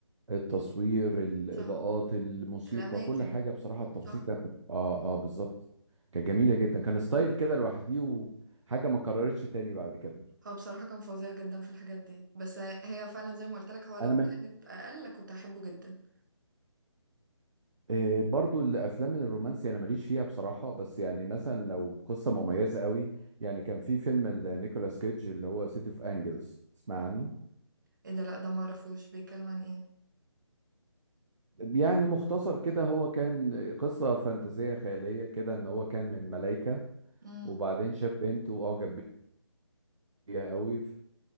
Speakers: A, on the right (about 75°); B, on the right (about 40°).
A: التصوير الاضاءات
B: صح
A: الموسيقى
B: الاماكن
A: كل حاجه بصراحه التفاصيل
B: صح
A: كانت اه اه بالظبط كانت جميله جدا كان ستايل كده لوحدي وحاجه ما اتكررتش تاني بعد كده
B: هو بصراحة كان فظيع جدا في الحاجات دي بس هي فعلا زي ما قلت لك هو لو
A: انا من
B: كانت اقل كنت احبه جدا
A: إيه، برضو الافلام الرومانسي انا ماليش فيها بصراحه بس يعني مثلا لو قصه مميزه قوي يعني كان في فيلم نيكولاس كيدج اللي هو سيتي اوف انجلز تسمع عنه
B: ايه ده لا ده ما اعرفوش بيتكلم عن ايه
A: يعني مختصر كده هو كان قصه فانتازيه خياليه كده ان هو كان من ملايكه
B: امم
A: وبعدين شاف بنت واعجب بيها قوي